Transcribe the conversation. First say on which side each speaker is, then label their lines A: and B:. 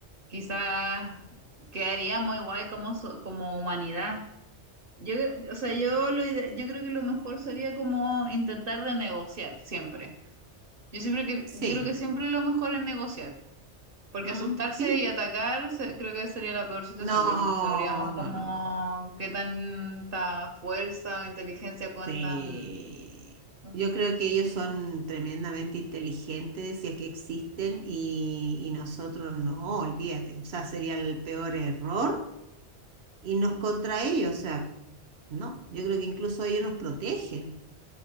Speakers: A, on the right; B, on the right.
A: quizás quedaríamos igual como, so- como humanidad. Yo, cre- o sea, yo, lo, ide- yo creo que lo mejor sería como intentar de negociar siempre. Yo siempre que,
B: sí,
A: yo creo que siempre lo mejor es negociar, porque
B: mm,
A: asustarse
B: sí,
A: y atacar se- creo que sería la peor situación,
B: no,
A: porque no sabríamos cómo,
B: no, no, no,
A: qué tanta fuerza o inteligencia cuentan.
B: sí.
A: ¿no?
B: Yo creo que ellos son tremendamente inteligentes, si es que existen, y, y nosotros no, olvídate. O sea, sería el peor error irnos contra ellos. O sea, no, yo creo que incluso ellos nos protegen.